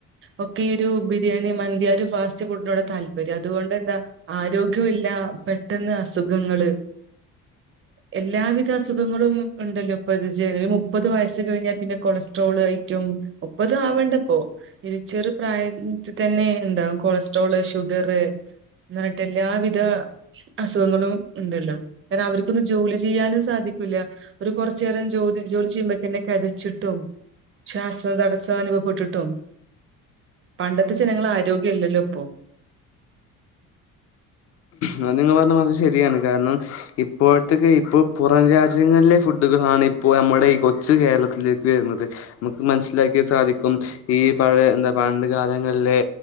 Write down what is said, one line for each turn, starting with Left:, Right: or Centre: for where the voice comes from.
Right: ഒക്കെ ഈ ഒരു ബിരിയാണി മന്തി ഒരു ഫാസ്റ്റ് ഫുഡിനോട്‌ താല്പര്യം അതുകൊണ്ട് എന്താ്യ പെട്ടെന്ന് അസുഖങ്ങ എല്ലാവിധ അസുഖങ്ങളും ഉണ്ടല്ലോ ഇപ്പത് ജ മുപ്പത് വയസ് കഴിഞ്ഞാൽ പിന്നെ കൊളസ്ട്രോൾ ആയിട്ടും ഒപ്പതും ആവണ്ടപ്പോൊ ഇരു ചെറു പ്രായത്തി തന്നെ ഉണ്ടാവും കൊളസ്ട്രോള് ഷുഗറ് എന്നിട്ട് എല്ലാവിധ അസുഖങ്ങളും ഉണ്ടല്ലോ കാരണം അവർക്കൊന്ന് ജോലി ചെയ്യാനും സാധിക്കൂില്ല ഒരു കുറച്ച നേേരം ജോലി ജോലി ചെയ്യുമ്പക്കന്നെ കതച്ചിട്ടും ശ്വാസ തടസ്സം അനുഭവപ്പെട്ടിട്ടും പണ്ടത്തെ ജനങ്ങൾ ആരോഗ്യം ഇല്ലല്ലോ ഇപ്പൊ
Left: അത് നിങ്ങൾ പറഞ്ഞ പറത് ശരിയാണ് കാരണം ഇപ്പോഴത്തെക്ക ഇപ്പൊ പുറം രാജ്യങ്ങ ന ഫുഡുകളാണ് ഇപ്പോ നമ്മുടെ ഈ കൊച്ചു കേരളത്തിലേക്ക് വരുന്നത് നമുക്ക് മനസ്സിലാക്കി സാധിക്കും ഈ പഴ എന്താ പണ്ട് കാലങ്ങളിലെ